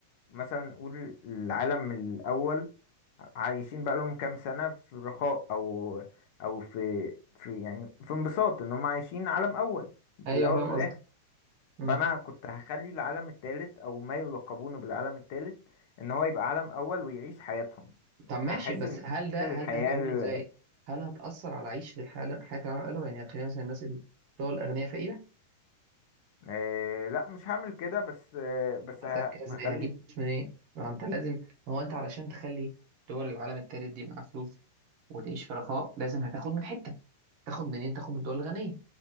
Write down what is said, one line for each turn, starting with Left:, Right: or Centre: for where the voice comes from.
Left: مثلا نقول العالم الأول عايشين بقى لهم كام سنة في رخاء أو أو في في يعني في انبساط إن هم عايشين عالم أول
Right: ايوه
Left: في الأول
Right: فاهم
Left: في الآخر
Right: قصدك مم.
Left: فانا كنت هخلي العالم التالت او ما يلقبونه بالعالم التالت ان هو يبقى عالم اول ويعيش حياتهم
Right: طب ماشي
Left: هحس
Right: بس
Left: ان دي
Right: هل ده هل
Left: الحياة
Right: ده هتعمله
Left: ال-
Right: ازاي؟ هل هتأثر على عيشة الحالة حياة العالم الأول يعني هتخلي مثلا الناس اللي هو الأغنياء فقيرة؟
Left: آه لا مش هعمل كده بس آه بس
Right: طب هتعمل
Left: ه-
Right: كده ازاي؟
Left: هخلي
Right: هجيب فلوس منين؟ ما أنت لازم ما هو أنت علشان تخلي دول العالم التالت دي معاها فلوس وتعيش في رخاء لازم هتاخد من حتة تاخد منين؟ تاخد من الدول الغنية